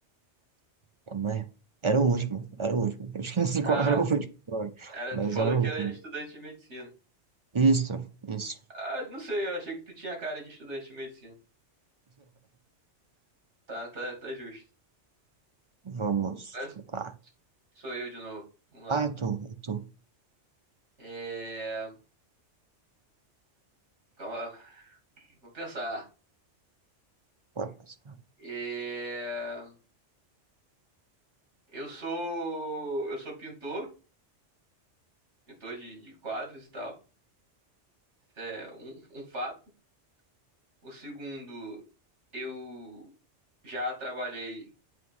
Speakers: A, on the right (about 35°); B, on the right (about 70°).
A: como é? Era o último, era o último. Eu esqueci qual
B: Ah,
A: era o último, <laughs> agora,
B: era,
A: mas
B: tu falou
A: era o
B: que
A: último.
B: era estudante de medicina.
A: Isso. Isso.
B: Ah, não sei, eu achei que tu tinha cara de estudante de medicina. Tá, tá, tá justo.
A: Vamos
B: Agora
A: lá.
B: sou eu de novo. Vamos lá.
A: Ah, é tu, é tu.
B: É. Calma, vamos pensar.
A: Bora passar.
B: É, eu sou. Eu sou pintor, pintor de, de quadros e tal. Isso É um, um fato. O segundo, eu já trabalhei